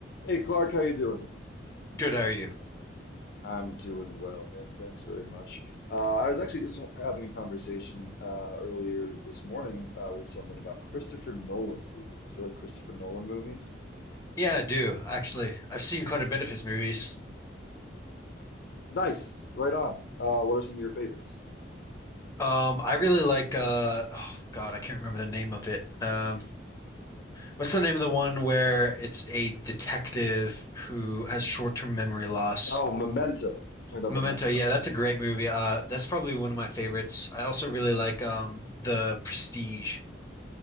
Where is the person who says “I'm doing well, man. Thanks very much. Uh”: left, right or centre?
Left